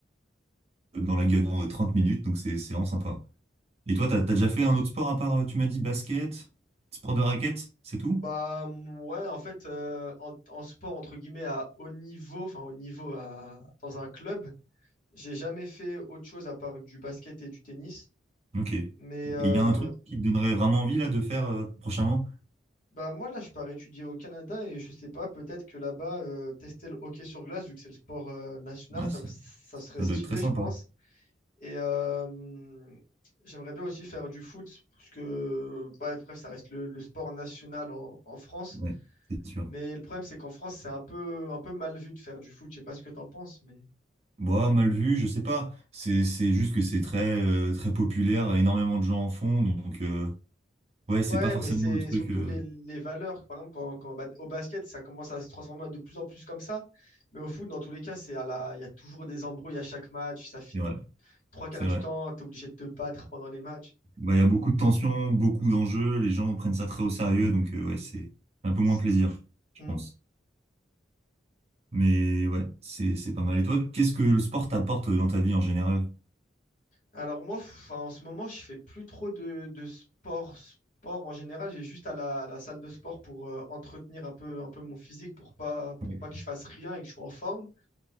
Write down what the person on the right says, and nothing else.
dans la gueule en 30 minutes. Donc c'est c'est vraiment sympa. Et toi, t'as, t'as déjà fait un autre sport à part, euh, tu m'as dit basket, sport de raquette, c'est tout?
Ok. Et
il
y a un truc qui te donnerait vraiment envie là de faire euh, prochainement?
Ouais,
ça,
ça
doit être très sympa.
Ouais, c'est sûr.
Bah, mal vu, je sais pas. C'est c'est juste que c'est très euh, très populaire, énormément de gens en font, donc euh, ouais, c'est
pas forcément
le truc.
euh,
c'est vrai,
c'est
vrai.
Bah, il y a beaucoup de tensions, beaucoup d'enjeux, les gens prennent ça très au sérieux, donc euh, ouais, c'est un peu moins
plaisir, je
pense. Mais ouais, c'est c'est pas mal. Et toi, qu'est-ce que le sport t'apporte dans ta vie en général?
Ouais,